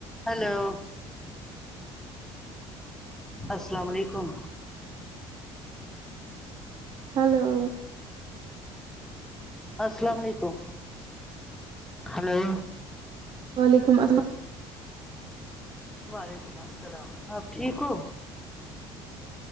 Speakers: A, in the centre; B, on the right.
A: ہیلو السلام علیکم
B: ہیلو
A: السلام علیکم ہیلو
B: وعلیکم السلام
A: وعلیکم السلام آپ ٹھیک ہو